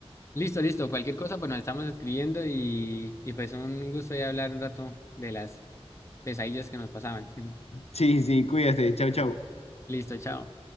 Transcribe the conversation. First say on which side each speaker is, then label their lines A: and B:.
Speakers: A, on the left; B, on the left.
A: Listo, listo, cualquier cosa, pues nos estamos escribiendo y, y pues un gusto ya hablar un rato de las pesadillas que nos pasaban. <laughs>
B: Sí, sí, cuídate, chau, chau.
A: Listo, chao.